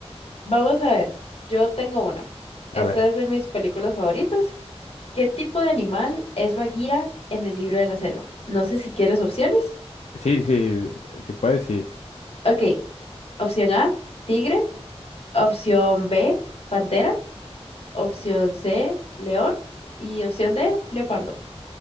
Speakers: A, on the left; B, on the left.
A: Vamos a ver, yo tengo una. Esta
B: A ver,
A: es de mis películas favoritas. ¿Qué tipo de animal es Bagheera en el libro de la selva? No sé si quieres opciones.
B: sí, sí, si puedes, sí.
A: Ok, opción A, tigre, opción B, pantera, opción C, león y opción D, leopardo.